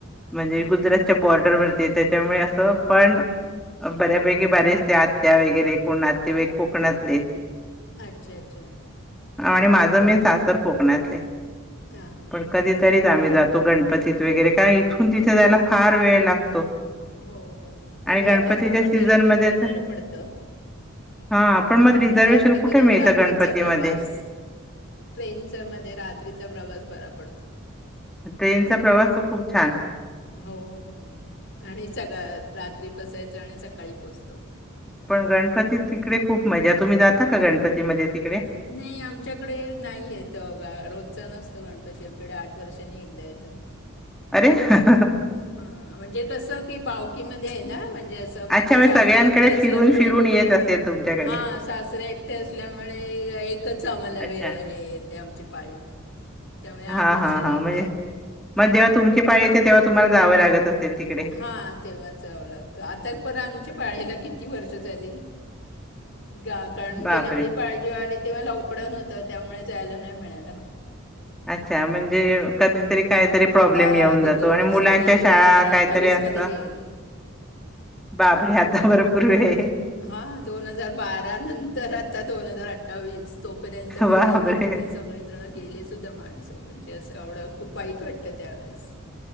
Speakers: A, in the centre; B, on the left.
A: म्हणजे
B: हां
A: गुजरात
B: हां
A: बॉर्डरवरती आहे. त्याच्यामुळे असं पण बऱ्यापैकी बरेचशे आत्या वगैरे कोण नातेवाईक कोकणातले.
B: अच्छा! अच्छा!
A: आणि माझं मेन सासर कोकणातले
B: हां हां
A: पण
B: हां
A: कधीतरीच आम्ही जातो. तो गणपतीत वगैरे का इथून तिथे जायला फार वेळ लागतो.
B: हो हो
A: आणि
B: तरी
A: गणपतीच्या
B: आता कोकण
A: सीझन
B: रेल्वेमुळे
A: मध्ये तर
B: बर पडत
A: हा पण मग रिझर्वेशन
B: आणि जास्त
A: कुठे
B: करून
A: मिळतं
B: रात्रीचा
A: गणपतीमध्ये
B: प्रवास ट्रेनचा मध्ये रात्रीचा प्रवास बरा पडतो. झाडे आहे पार्क मध्ये त्यामुळे त्यांची सावली पडली आहे सडक वर
A: ट्रेनचा प्रवास तर खूप छान
B: हो हो आणि रात्री बसायचं आणि सकाळी पोहोचतो.
A: पण गणपती तिकडे खूप मजा तुम्ही जाता का गणपती ते मधे ते
B: नाही आमच्याकडे नाहीयेत रोजच नसत गणपती आमच्याकडे आठ वर्षांनी एकदा येतं
A: अरे हा
B: हा म्हणजे कसं कि भावकी मध्ये आहे ना म्हणजे असं माझे
A: अच्छा
B: सासरे
A: मी सगळ्यांकडे
B: एकटे असल्यामुळे
A: फिरून फिरून येत असेल
B: -
A: तुमच्याकडे
B: हा सासरे एकटे असल्यामुळे एकच आम्हाला
A: अच्छा
B: वेळ हे येते आमची पाळी त्यामुळे
A: हा
B: आठ वर्षानी
A: हा हा
B: एकदा
A: म्हणजे
B: येतो
A: मग जेव्हा तुमची पाळी येते तेव्हा तुम्हाला जावं लागत असेल तिकडे
B: हा तेव्हा जाव लागतो आता पर आमच्या पाळीला किती वर्ष झाली ग कारण
A: बापरे
B: गेल्या वेळी पाळी जेव्हा आली तेव्हा लॉकडाऊन होतं त्यामुळे जायला नाही मिळायला
A: अच्छा म्हणजे कधीतरी काहीतरी
B: हो आता
A: प्रॉब्लेम येऊन
B: अजून
A: जातो
B: दोन
A: आणि
B: वर्षांनी
A: मुलांच्या
B: येईल
A: शाळा
B: दोन हजार अठ्ठावीसमध्ये
A: काहीतरी असत
B: येईल
A: - बाबरे आता ब पुूर्वे
B: हा दोन हजार बारा नंतर आता दोन हजार अठ अठ्ठावीस तोपर्यंत माझे
A: बापरे!
B: आता किती सगळेजण गेलेसुद्धा माणसं म्हणजे असं एवढं खूप वाईट वाटतं तर त्यावेळेस